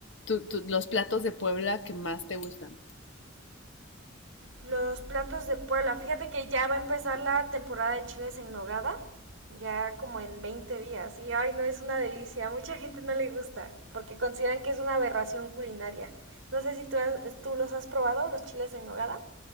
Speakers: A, on the left (about 70°); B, on the right (about 70°).
A: tu- tu- los platos de Puebla que más te gustan?
B: Los platos de Puebla. Fíjate que ya va a empezar la temporada de chiles en nogada. Ya como en 20 días. Y ay, no, es una delicia. A mucha gente no le gusta porque consideran que es una aberración culinaria. No sé si tú, has- tú los has probado, los chiles en nogada.